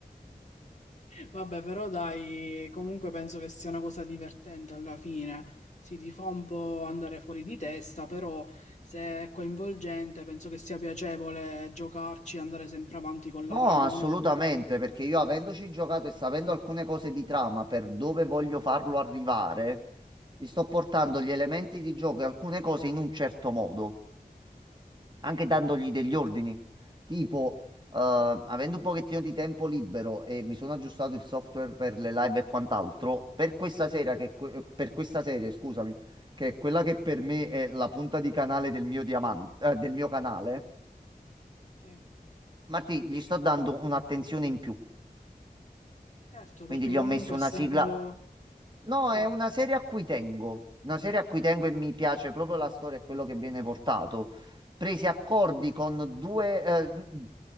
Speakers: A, on the left; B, on the right.
A: Vabbè, però dai, comunque penso che sia una cosa divertente alla fine. Sì, ti fa un po' andare fuori di testa, però se è coinvolgente, penso che sia piacevole giocarci e andare sempre avanti con la
B: No,
A: trama,
B: assolutamente,
A: o no?
B: perché io avendoci giocato e sapendo alcune cose di trama per dove voglio farlo arrivare, gli sto portando
A: Mhm.
B: gli elementi di gioco e alcune cose in un certo modo, anche
A: Sì,
B: dandogli degli ordini. Tipo, eh,
A: mm,
B: avendo un pochettino di tempo libero e mi sono aggiustato il software per le live e quant'altro, per questa sera che, que- eh, per questa serie, scusami, che è quella che per me è la punta di canale del mio diamante, eh, del mio canale,
A: sì.
B: Martì, gli sto dando un'attenzione in più.
A: Certo,
B: Quindi
A: perché
B: gli
A: comunque
B: ho messo una
A: essendo...
B: sigla. No,
A: Sì.
B: è una serie a cui tengo. Una serie a cui tengo e mi piace proprio la storia e quello che viene portato. Presi accordi con due, eh,